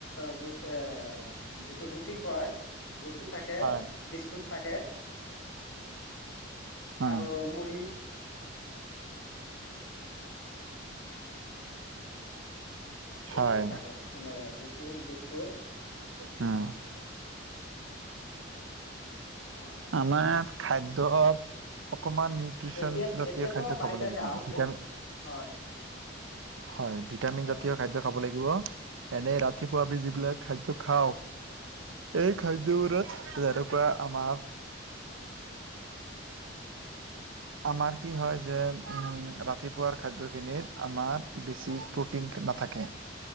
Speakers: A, on the left (about 80°); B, on the right (about 75°).
A: ৰু এ যিটো ৰুটি কয়। ৰুটি থাকে,
B: হয়
A: বিস্কুট থাকে
B: অ
A: আৰু মুড়ি।
B: হয়
A: এইবোৰেই থাকে মানে ৰুটি, বিস্কুট।
B: হম।
A: অ
B: আমাৰ খাদ্যত। অকমান নিউট্ৰিচন
A: এতিয়া
B: জাতীয়
A: এতিয়াতো
B: খাদ্য
A: বাৰিষা
B: খাব লাগিব
A: কাল
B: আমি। ভিটামি
A: এ হয়
B: হয়, ভিটামিন
A: হেল্ল'
B: জাতীয় খাদ্য খাব লাগিব, এনেই ৰাতিপুৱা আমি যিবিলাক খাদ্য খাওঁ। এই খাদ্যবোৰত যেনেকুৱা আমাৰ আমাৰ কি হয়, যে উম ৰা ৰাতিপুৱাৰ খাদ্যখিনিত আমাৰ বেছি প্ৰটিন নাথাকে।